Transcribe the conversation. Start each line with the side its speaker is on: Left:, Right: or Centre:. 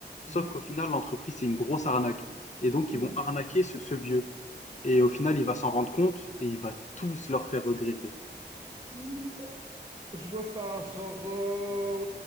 Left: Sauf
Right: mhm.
Left: qu'au final, l'entreprise, c'est une grosse arnaque. Et donc,
Right: Ouh.
Left: ils vont arnaquer ce, ce vieux. Et au final, il va s'en rendre compte et il va tous leur faire regretter.
Right: Ouh là. Je vois ça, genre, euh,